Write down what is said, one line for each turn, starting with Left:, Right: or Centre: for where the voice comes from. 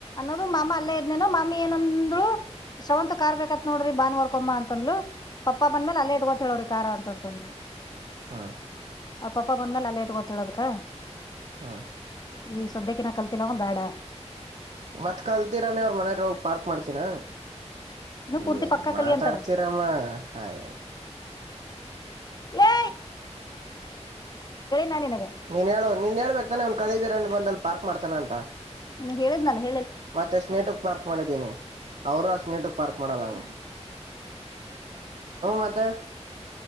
Left: ಅದು ಮಾಮ ಅಲ್ಲೇ ಇದ್ನೇನು ಮಾಮಿ ಏನಂದ್ಳು ಶ್ರವಂತ ಕಾರ್ ಬೇಕನ್ ನೋಡ್ರಿ ಬಾನುವರ್ಕೊಮ್ಮ ಅಂತಂದ್ಲು ಪಪ್ಪಾ ಬಂದ್ಮೇಲೆ ಅಲ್ಲೇ ಇಟ್ಕೋ ಅಂತ ಹೇಳವ್ರಿಕಾರ ಅಂತಂದ
Right: ಹ್ಮ್
Left: ಆ ಪಪ್ಪ ಬಂದ್ಮೇಲೆ ಅಲ್ಲೇ ಇಟ್ಕೋ ಅಂತ ಹೇಳ್ಬೇಕಾ
Right: ಹಾ
Left: ಈ ಸದ್ದ್ಯಕಿನ ಕಲ್ತಿಲ್ಲವ ಬೇಡ
Right: ಮತ್ತ್ ಕಲ್ತೀರಾನೇ ಅವ್ರ ಮನದ ಹೋಗ ಪಾರ್ಕ್ ಮಾಡ್ತೀರ
Left: ಇನ್ನು ಪೂರ್ತಿ
Right: ಏನ್
Left: ಪಕ್ಕ
Right: ಮಾತಾಡ್ತೀರಮ್ಮ
Left: ಕಲಿ ಅಂತಾರ
Right: ಹಯ
Left: ಲೆ ನಾ ನಿನಗ
Right: ನೀನ್ ಹೇಳ ನೀನ್ ಹೇಳ್ಬೇಕು ತಾನೆ ಅವನ್ ಕಲಿದ್ದೀರನ್ ಬಂದಲ್ ಪಾರ್ಕ್ ಮಾಡ್ತಾನ ಅಂತ
Left: ನೀ ಹೇಳದ್ನಲ್ಲೆ
Right: ಮತ್ತೆ ಸ್ನೇಟಕ್ ಪಾರ್ಕ್ ಮಾಡಿದೀನಿ ಅವರು ಸ್ನೇಟಕ್ ಪಾರ್ಕ್ ಮಾಡಲ್ಲಂಗ ಮತ್ತ